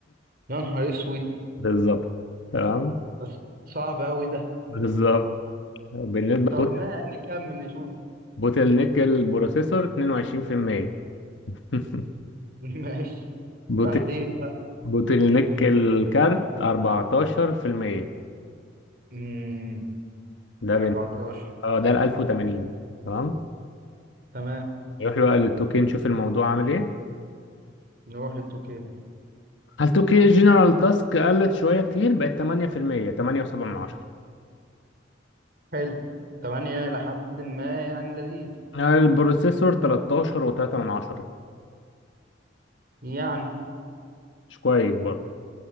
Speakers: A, on the right; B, on the left.
A: يا نهار اسود
B: <laughs> بالظبط تمام
A: بس صعب قوي ده
B: بالظبط بالنسبه
A: طب ما نكمل نشوف
B: بوتل نيك البروسيسور 22% <laughs>
A: <laughs> ماشي
B: بوتل
A: تحديد بقى
B: بوتل نيك الكارت 14%
A: امم
B: ده
A: 14
B: بين اه ده ال 1080 تمام
A: تمام
B: نروح بقى لل 2K نشوف الموضوع عامل ايه
A: نروح للتوكيل
B: هل 2K جنرال تاسك قلت شوية كتير بقت 8% 8.7 من عشرة
A: حلو 8 لحد ما يعني لذيذ
B: البروسيسور 13 و3 من عشرة
A: يعني
B: مش كويس برضه